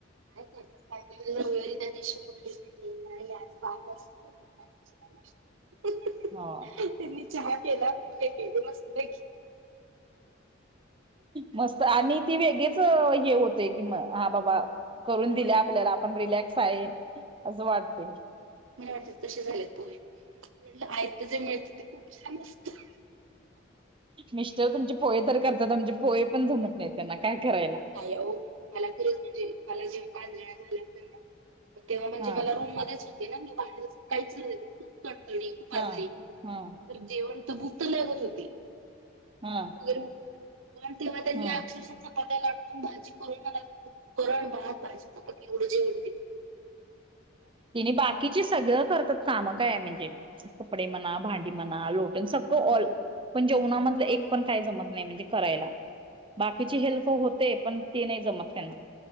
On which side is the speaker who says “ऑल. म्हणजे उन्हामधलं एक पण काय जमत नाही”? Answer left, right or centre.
Right